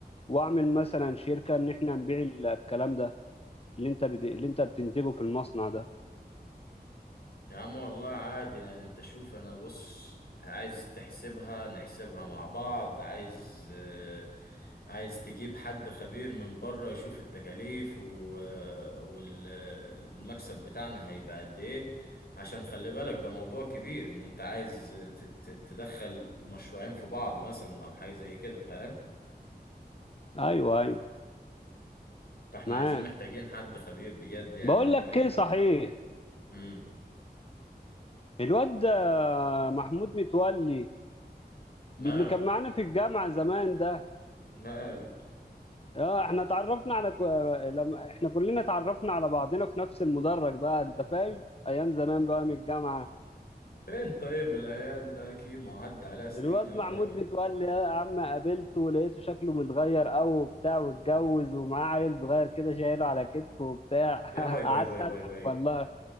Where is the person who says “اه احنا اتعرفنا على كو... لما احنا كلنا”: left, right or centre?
Left